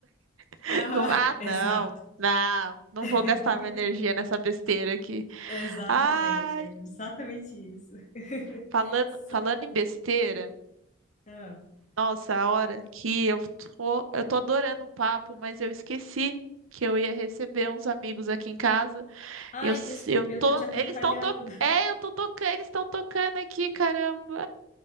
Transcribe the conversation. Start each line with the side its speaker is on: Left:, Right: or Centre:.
Right: <laughs> <tsk>
Left: Aham,
Right: vão, Ah,
Left: <laughs>
Right: não,
Left: exato.
Right: não, não vou
Left: <laughs>
Right: gastar minha energia nessa besteira aqui.
Left: Exatamente,
Right: Ai.
Left: é exatamente isso. <laughs>
Right: Falando,
Left: So-
Right: falando em besteira,
Left: ah.
Right: nossa, a hora que eu tô, eu tô adorando o papo, mas eu esqueci que eu ia receber uns amigos aqui em casa.
Left: Ai,
Right: Eu, s-
Left: desculpe,
Right: eu
Left: eu
Right: tô,
Left: tô te atrapalhando.
Right: eles estão to, é, eu tô tocando, eles estão tocando aqui, caramba.